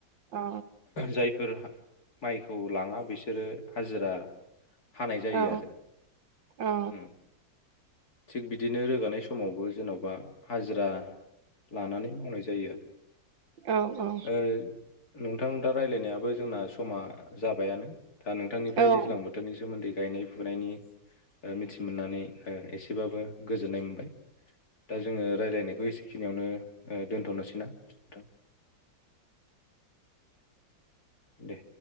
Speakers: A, on the right; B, on the left.
A: औ
B: जायफोर माइखौ लाङा बिसोरो हाजिरा हानाय जायो
A: औ
B: आरो।
A: औ
B: उम थिग बिदिनो रोगानाय समावबो जेनबा हाजिरा लानानै मावनाय जायो आरो।
A: औ-औ।
B: ओ नोंथां दा रायज्लायनायाबो जोंना समा जाबायानो। दा नोंथांनिफ्राय
A: औ
B: दैज्लां बोथोरनि सोमोन्दै गायनाय फुनायनि मिथि मोननानै ओ एसे एसेबाबो गोजोन्नाय मोनबाय दा जोङो रायज्लायनायखौ एसेखिनियावनो दोन्थनोसै ना नोंथां? दे।